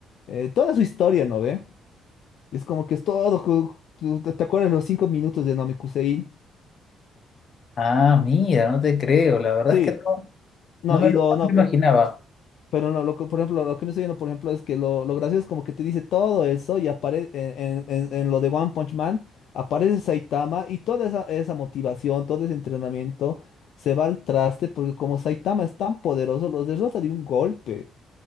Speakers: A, on the left; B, on the left.
A: eh, toda su historia, ¿no ve? Y es como que es todo, cu- cu- ¿te te acuerdas los cinco minutos de Namekusein?
B: Ah, mira, no te creo. La verdad
A: Sí,
B: es que no,
A: no,
B: no me
A: y
B: lo,
A: lo,
B: no
A: no,
B: me lo imaginaba.
A: pues, Pero no, lo que- por ejemplo, lo que me estoy viendo, por ejemplo, es que lo, lo gracioso es como que te dice todo eso y aparece en, en- en- en lo de One Punch Man, aparece Saitama y toda esa, esa motivación, todo ese entrenamiento se va al traste porque como Saitama es tan poderoso, los derrota de un golpe.